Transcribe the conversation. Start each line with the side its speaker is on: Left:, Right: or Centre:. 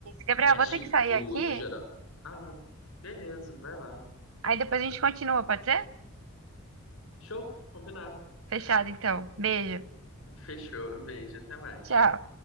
Right: Gabriel,
Left: Mas,
Right: vou ter
Left: tipo,
Right: que sair aqui.
Left: no geral. Ah, beleza, vai lá.
Right: Aí depois a gente continua, pode ser?
Left: Show, combinado.
Right: Fechado, então. Beijo.
Left: Fechou, beijo, até mais.
Right: Tchau.